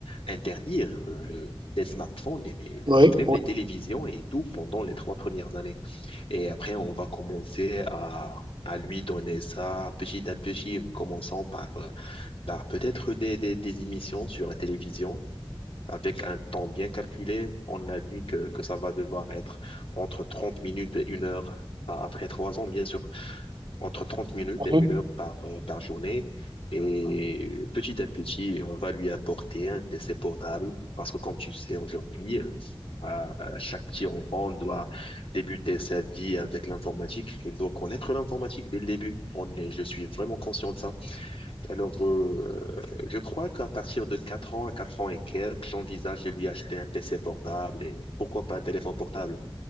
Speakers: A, on the left; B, on the right.
A: interdire le- le- les smartphones et les,
B: Oui,
A: même
B: oui.
A: les télévisions et tout pendant les trois premières années. Et après, on va commencer à, à lui donner ça petit à petit, en commençant par, euh, par peut-être des, des, des émissions sur la télévision. Avec un temps bien calculé, on a dit que, que ça va devoir être entre 30 minutes et une heure, a- après trois ans, bien sûr entre 30 minutes
B: mhm.
A: et une heure par, euh, par journée. Et petit à petit, on va lui apporter un PC portable parce que comme tu le sais aujourd'hui, euh, à- à chaque petit enfant doit débuter sa vie avec l'informatique. Il doit connaître l'informatique dès le début. On est, je suis vraiment conscient de ça. Alors, euh, je crois qu'à partir de 4 ans à 4 ans et quelques, j'envisage de lui acheter un PC portable et pourquoi pas un téléphone portable.